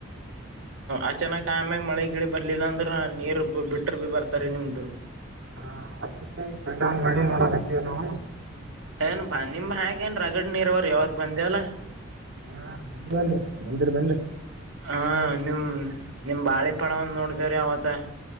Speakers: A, on the right; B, on the right.
A: ಅಚಾನಕ ಆಮ್ಯಾಗ ಮಳೆ ಗಿಳಿ ಬರ್ಲಿಲ್ಲ ಅಂದ್ರೆ ನೀರ್ ಬಿಟ್ರ ಭಿ ಬರ್ತಾರ ನಿಮ್ದು
B: <unintelligible>
A: ಏನ್ ಬಂದ ನಿಮ ಹೇಏನ್ ರಗಡ್ ನೀರ ಅವ್ರ ಯಾವತ್ ಬಂದ್ಯಲ್ಲ
B: ಹಾ ಬಂದಿ ಬನ್ರಿ ಬಂದಿರಿ ಬನ್ರಿ
A: ಹಾಂ ನಿಮ್ಮ ನಿಮ್ಮ ಬಾಳೆ ಪಠಾವನ್ನು ನೋಡಿದೇವ ರೀ ಅವತ್ತ